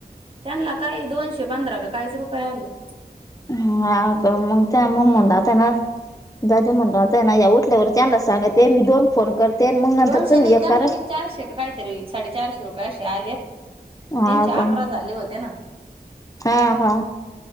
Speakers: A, on the right; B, on the left.
A: त्यांनला काय दोनशे पंधरा काहीच रुपया आलेत.
B: हा का मग त्यामूळ
A: हम्म
B: मला त्यानं जाऊदे म्हणाल ते नाही उठल्यावर त्यांनलाच सांगते मी दोन फोन करते. मग नंतर
A: दोनशे
B: तुम्ही
A: नाही
B: एक
A: त्यानलाबी
B: करा
A: चारशे काय काहीतरी साडे चारशे रुपये आशे ते आलेत त्यांचे
B: हा
A: अकरा
B: का
A: झाले होते ना
B: हा हा